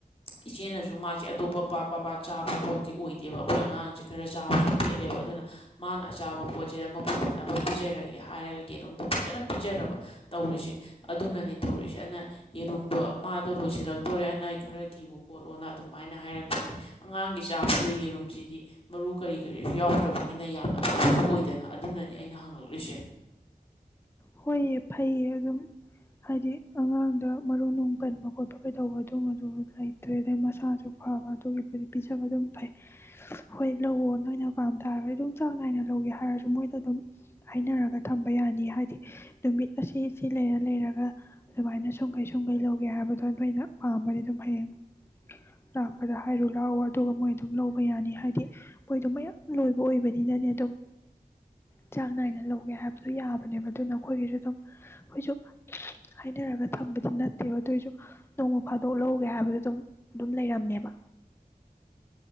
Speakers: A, on the left; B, on the left.
A: ꯏꯆꯦꯅꯁꯨ ꯃꯥꯁꯦ ꯑꯇꯣꯞꯄ ꯄꯄꯥ ꯆꯥꯕ ꯄꯣꯠꯇꯤ ꯑꯣꯏꯗꯦꯕ ꯑꯩꯈꯣꯏ ꯑꯉꯥꯡꯁꯦ ꯈꯔ ꯆꯥꯕꯁꯨꯦ ꯄꯦꯠꯂꯦꯕ ꯑꯗꯨꯅ ꯃꯥꯅ ꯑꯆꯥꯕ ꯄꯣꯠꯁꯤꯗ ꯃꯄꯨꯊꯅꯕ ꯄꯤꯖꯔꯒꯦ ꯍꯥꯏꯔꯒ ꯌꯦꯔꯨꯝꯗꯣ ꯐꯖꯅ ꯄꯤꯖꯔꯕ ꯇꯧꯔꯤꯁꯦ ꯑꯗꯨꯅꯅꯤ ꯇꯧꯔꯤꯁꯦ ꯑꯅ ꯌꯦꯔꯨꯝꯗꯣ ꯃꯥꯗꯣ ꯂꯣꯏꯁꯤꯜꯂꯛꯇꯣꯔꯦ ꯑꯅ ꯈꯔ ꯊꯤꯌꯨ ꯈꯣꯠꯂꯣꯅ ꯑꯗꯨꯃꯥꯏꯅ ꯍꯥꯏꯔꯛꯄꯅꯦ ꯑꯉꯥꯡꯒꯤ ꯆꯥꯕꯗ ꯌꯦꯔꯨꯝꯁꯤꯗꯤ ꯃꯔꯨ ꯀꯔꯤ ꯀꯔꯤꯁꯨ ꯌꯥꯎꯗ꯭ꯔꯕꯅꯤꯅ ꯌꯥꯝꯅ ꯐꯕꯁꯨ ꯑꯣꯏꯗꯅ ꯑꯗꯨꯅꯅꯤ ꯑꯩꯅ ꯍꯪꯂꯛꯂꯤꯁꯦ
B: ꯍꯣꯏꯌꯦ ꯐꯩꯌꯦ ꯑꯗꯨꯝ ꯍꯥꯏꯗꯤ ꯑꯉꯥꯡꯗ ꯃꯔꯨ ꯅꯨꯡ ꯀꯟꯕ ꯈꯣꯠꯄ ꯀꯩꯗꯧꯕ ꯑꯗꯨꯕ ꯑꯗꯨ ꯂꯩꯇ꯭ꯔꯦ ꯑꯗꯩ ꯃꯁꯥꯁꯨ ꯐꯕ ꯑꯗꯨꯒꯤꯕꯨꯗꯤ ꯄꯤꯖꯕ ꯑꯗꯨꯝ ꯐꯩ ꯍꯣꯏ ꯂꯧꯋꯣ ꯅꯣꯏꯅ ꯄꯥꯝ ꯇꯥꯔꯒꯗꯤ ꯑꯗꯨꯝ ꯆꯥꯡ ꯅꯥꯏꯅ ꯂꯧꯒꯦ ꯍꯥꯏꯔꯁꯨ ꯃꯣꯏꯗ ꯑꯗꯨꯝ ꯍꯥꯏꯅꯔꯒ ꯊꯝꯕ ꯌꯥꯅꯤ ꯍꯥꯏꯗꯤ ꯅꯨꯃꯤꯠ ꯑꯁꯤ ꯁꯤ ꯂꯩꯔ ꯂꯩꯔꯒ ꯑꯗꯨꯃꯥꯏꯅ ꯁꯨꯡꯈꯩ ꯁꯨꯝꯈꯩ ꯂꯧꯒꯦ ꯍꯥꯏꯕꯗꯣ ꯅꯣꯏꯅ ꯄꯥꯝꯕꯗꯤ ꯑꯗꯨꯝ ꯍꯌꯦꯡ ꯂꯥꯛꯄꯗ ꯍꯥꯏꯔꯨ ꯂꯥꯛꯑꯣ ꯑꯗꯨꯒ ꯃꯣꯏ ꯑꯗꯨꯝ ꯂꯧꯕ ꯌꯥꯅꯤ ꯍꯥꯏꯗꯤ ꯃꯣꯏꯗꯣ ꯃꯌꯥꯝ ꯂꯣꯏꯕ ꯑꯣꯏꯕꯅꯤꯅꯅꯦ ꯑꯗꯨꯝ ꯆꯥꯡ ꯅꯥꯏꯅ ꯂꯧꯒꯦ ꯍꯥꯏꯕꯗꯣ ꯌꯥꯕꯅꯦꯕ ꯑꯗꯨꯅ ꯑꯩꯈꯣꯏꯒꯤꯁꯨ ꯑꯗꯨꯝ ꯑꯩꯈꯣꯏꯁꯨ ꯍꯥꯏꯅꯔꯒ ꯊꯝꯕꯗꯤ ꯅꯠꯇꯦꯕ ꯑꯗꯨꯑꯣꯏꯁꯨ ꯅꯣꯡꯃ ꯐꯥꯗꯣꯛ ꯂꯧꯒꯦ ꯍꯥꯏꯕꯗ ꯑꯗꯨꯝ ꯑꯗꯨꯝ ꯂꯩꯔꯝꯃꯦꯕ